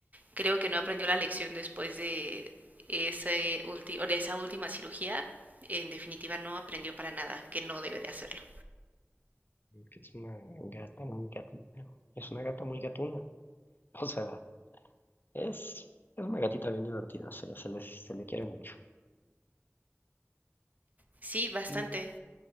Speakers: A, on the right (about 35°); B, on the left (about 45°).
A: Creo que no aprendió la lección después de, ese ulti de esa última cirugía. En definitiva, no aprendió para nada, que no debe de hacerlo.
B: Que es una gata muy gatita. Es una gata muy gatuna. O sea, es, es una gatita bien divertida, se, se le se le quiere mucho.
A: Sí, bastante.
B: Mm,